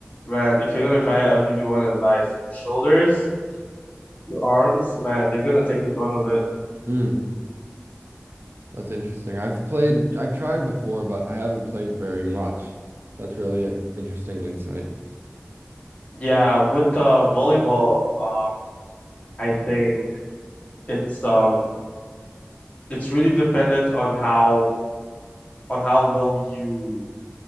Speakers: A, on the left; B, on the right.
A: man, if you're gonna try it, I'll give you one advice. Your shoulders, your arms, man, they're gonna take the brunt of it.
B: mm, That's interesting. I've played, I've tried before, but I haven't played very much. That's really an interesting insight.
A: Yeah, with uh volleyball, um I think it's um it's really dependent on how on how well you